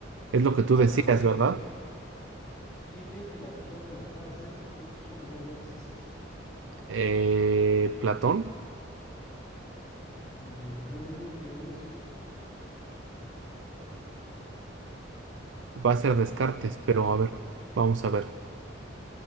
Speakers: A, on the right; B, in the centre.
A: Es
B: A ver,
A: lo que
B: bueno,
A: tú decías,
B: más bien hacemos
A: ¿verdad?
B: los dos. ¿Quién es el autor de la frase pienso, luego existo?
A: Eh, Platón
B: Eh, yo digo que es Sócrates.
A: va a ser Descartes,
B: A ver,
A: pero a ver, vamos a ver.